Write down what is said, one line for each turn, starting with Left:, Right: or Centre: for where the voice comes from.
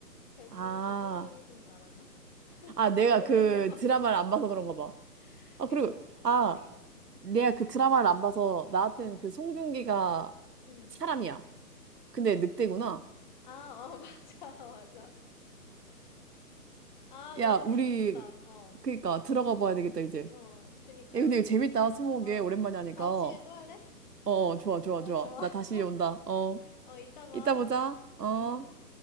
Left: 결,
Right: 아,
Left: 너무 결정적이지는 않았나? <laughs>
Right: 아, 내가
Left: 좀 오래해요.
Right: 그 드라마를 안 봐서 그런가 봐.
Left: <laughs>
Right: 아,
Left: 그게
Right: 그리고,
Left: 좀 오래되긴
Right: 아,
Left: 했어.
Right: 내가 그 드라마를 안 봐서 나한테는
Left: 응,
Right: 그 송중기가
Left: 응.
Right: 사람이야. 근데 늑대구나.
Left: 아, 어, <laughs> 맞아, 맞아. 아, 너무
Right: 야, 우리,
Left: 재밌었다. 어,
Right: 그니까, 들어가 봐야
Left: 응,
Right: 되겠다, 이제.
Left: 어, 그니까.
Right: 야, 근데 이거 재밌다,
Left: 아,
Right: 스무고개.
Left: 어,
Right: 오랜만에 하니까.
Left: 다음
Right: 어,
Left: 시간에 또 할래?
Right: 어, 좋아, 좋아,
Left: 어,
Right: 좋아.
Left: 좋아.
Right: 나 다시
Left: <laughs>
Right: 온다. 어,
Left: 어, 이따 봐.
Right: 이따 보자. 어.
Left: 음.